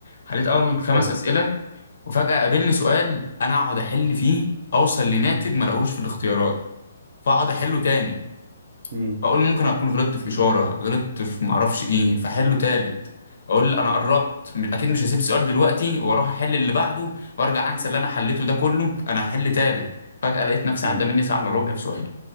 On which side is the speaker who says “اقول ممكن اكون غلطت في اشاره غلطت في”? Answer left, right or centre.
Left